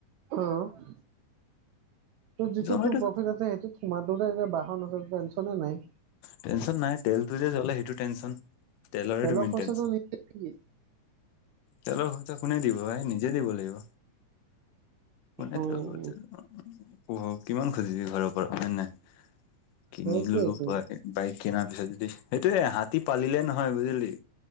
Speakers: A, on the right; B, on the left.
A: অঁ, তোৰ যিটো
B: জমেটো
A: তোৰ প্ৰফিট আছে সেইটো তোমাৰটো এতিয়া বাহন আছে টেনশ্যনে নাই।
B: টেনশ্যন নাই, তেলটো যে জ্বলে সেইটো টেনশ্যন তেলৰেতো
A: তেলৰ
B: মেইন
A: খৰচাটো
B: টেনচ
A: নিজে নেকি?
B: তেলৰ খৰচা কোনে দিব ভাই নিজে দিব লাগিব। কোনে
A: অ',
B: টো কিমান খুজিবি ঘৰৰ পৰা হয় নাই। কিনি
A: সেইটোৱেইটো
B: ললো বাই বাইক কিনাৰ পিছত যদি সেইটোয়ে হাতী পালিলে নহয় বুজিলি।